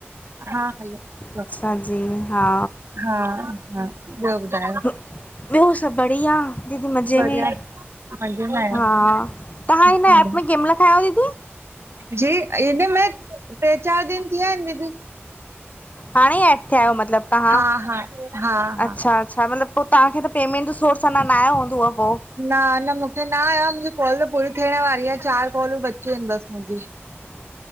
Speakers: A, on the right; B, on the left.
A: हा हलो <unintelligible>
B: अच्छा जी, हा
A: हा- हा, बियोॿुधायो?
B: ॿियो सभु बढ़िया। दीदी मज़े
A: बढ़िया
B: में,
A: मज़े में आहियो
B: हा तव्हां हिन
A: हम्म,
B: एप में कें महिल खां आयो दीदी?
A: जी हिन में टे चार ॾींह थी विया आहिन दीदी।
B: हाणे ई एड थिया आहियो मतलबु तहां,
A: हा हा हा हा
B: अच्छा। अच्छा मतिलबु पोइ तहांखे त पेमेंट जो सोर्स अंञा न आयो हूंदो पो?
A: न न मूंखे न आयो आ, मुंजी कॉल पूरी थियण वारी आहे, चार कॉलूं बची आहिन बस मुंजी।
B: <inaudible>